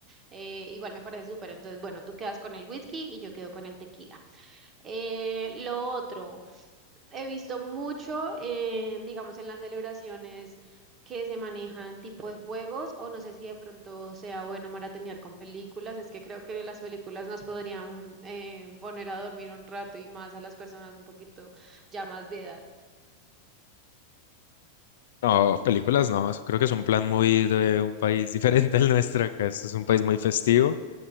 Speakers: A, on the right; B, on the left.
A: Eh, igual me parece súper, entonces bueno, tú quedas con el whisky y yo quedo con el tequila. Eh, lo otro. he visto mucho, eh, digamos, en las celebraciones que se manejan tipo de juegos, o no sé si de pronto sea bueno maratonear con películas, es que creo que las películas nos podrían eh, poner a dormir un rato y más a las personas un poquito ya más de edad.
B: No, películas no, eso creo que es un plan muy de un país <laughs> diferente al nuestro. Acá esto es un país muy festivo.